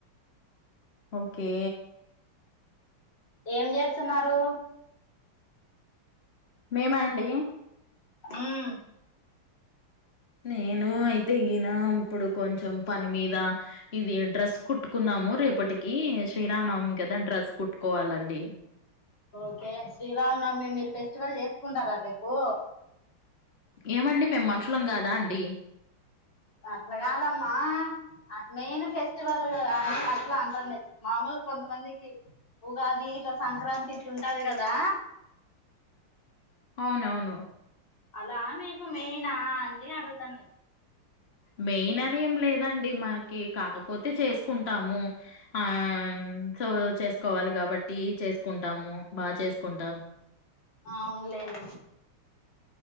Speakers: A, on the left; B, on the left.
A: ఓకే
B: ఏం చేస్తున్నారు
A: మేమ అండీ
B: ఉమ్
A: నేను అయితే ఈన ఇప్పుడు కొంచెం పని మీద ఇది డ్రెస్ కుట్టుకున్నాము ము రేపటికి శ్రీరానవమి కదా డ్రెస్ కుట్టుకోవాలండి
B: ఓకే శ్రీరామనవమి మీరు ఫెస్టివల్ చేసుకుంటారా రేపు
A: ఏమండి మేం మనుషులం కాదా అండి
B: అట్ల కాదమ్మా మెయిన్ ఫెస్టివల్ కాని అట్లా అంటుంది మామూలు కొంద కొంతమందికి ఉగాది ఇట్ల సంక్రాంతి ఇట్ ఉంటది కదా
A: అవునవును
B: అలా మీకు మెయినా అండి అడుగుతన్నది
A: మెయిన్ అని ఏం లేదండి మాకి కాకపోతే చేసుకుంటాము ఆ సో చేసుకోవాలి కాబట్టి చేసుకుంటాము బాగా చేసుకుంటాం
B: అవును లేండి